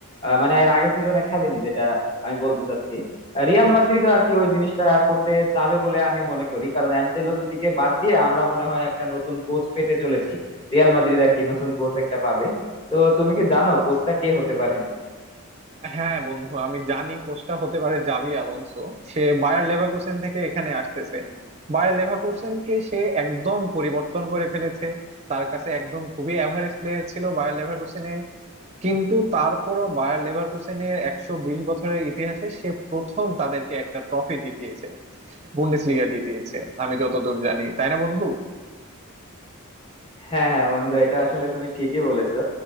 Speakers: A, on the left; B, on the right.
A: আহ, মানে এর আগের সিজনে খেলেনি যেটা আমি বলতে চাচ্ছি রিয়াল মাদ্রিদ আর কি ওই জিনিসটা করতে চাবে বলে আমি মনে করি কারণ অ্যানচেলত্তিকে বাদ দিয়ে আমরা মনে হয় একটা নতুন কোচ পেতে চলেছি রিয়াল মাদ্রিদ আর কি নতুন কোচ একটা পাবে তো তুমি কি জানো কোচটা কে হতে পারে
B: হ্যাঁ বন্ধু আমি জানি কোচটা হতে পারে জাবি আলোনসো সে বায়ার লেভারকুসেন থেকে এখানে আসতেছে বায়ার লেভারকুসেনকে সে একদম পরিবর্তন করে ফেলেছে তার কাছে একদম খুবই অ্যাভারেজ প্লেয়ার ছিল বায়ার লেভারকুসেনে কিন্তু তারপরও বায়ার লেভারকুসেনের একশো বিশ বছরের ইতিহাসে সে প্রথম তাদেরকে একটা ট্রফি জিতিয়েছে বুন্ডেসলিগা জিতিয়েছে আমি যতদূর জানি তাই না বন্ধু
A: হ্যাঁ হ্যাঁ বন্ধু এটা আসলে তুমি ঠিকই বলেছো